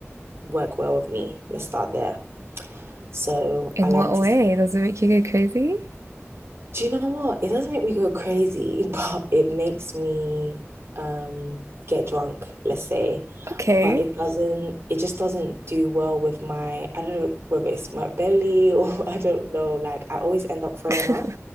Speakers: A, on the right (about 60°); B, on the right (about 85°).
A: work well with me. Let's start there. So
B: In
A: I like
B: what
A: to,
B: way? Does it make you go crazy?
A: do you know what? It doesn't make me go crazy, <laughs> but it makes me um get drunk, let's say.
B: Okay.
A: But it doesn't, it just doesn't do well with my, I don't know whether it's my belly or <laughs> I don't know. Like I always end up throwing
B: <laughs>
A: up.